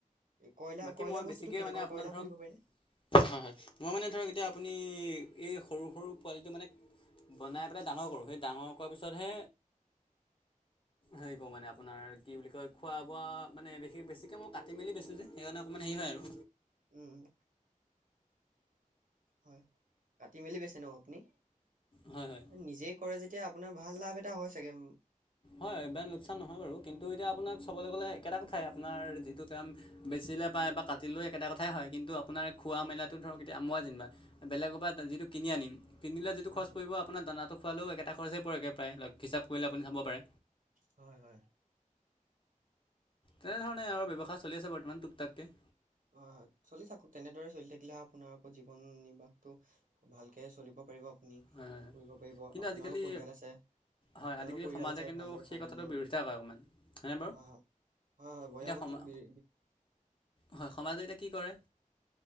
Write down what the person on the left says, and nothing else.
বাকী
মই বেছিকৈ
মানে আপোনাৰ
ধৰক
হয় হয় মই মানে ধৰক এতিয়া, আপুনি এই সৰু- সৰু পোৱালিটো মানে বনাই পেলাই ডাঙৰ কৰোঁ। সেই ডাঙৰ কৰা পিছতহে হেৰি কৰোঁ মানে। আপোনাৰ কি বুলি কয়, খোৱা বোৱা মানে বে বেছিকৈ মই কাটি মেলি বেছোঁ যে সেইকাৰণে অকমান হেৰি হয় আৰু
হয় হয়
হয় বেং লোকচান নহয় বাৰু কিন্তু এতিয়া আপোনাক চাবলৈ গ'লে একেটা কথাই আপোনাৰ যিটো কাম বেচিলে পায় বা কাটিলেও একেটা কথাই হয় কিন্তু আপোনাৰ খোৱা মেলাটো ধৰক এতিয়া মই যেনিবা বেলেগপা যিটো কিনি আনিম কিনিলে যিটো
খৰচ
পৰিব আপোনাৰ দানাটো খোৱালোঁ একেটা খৰচেই পৰেগে প্ৰায় হিচাপ কৰিলে আপুনি চাব পাৰে
তেনেধৰণে আৰু ব্যৱসায় চলি আছে বৰ্তমান তুক তাককে
হয় হয় হয়
কিন্তু
আজিকালি
হয়
আজিকালি
সমাজে
কিন্তু
সেই
কথাটোৰ
বিৰোধিতা
কৰে অকণমান হয়নে বাৰু
এতিয়া
সমা
হয়, সমাজে এতিয়া কি কৰে?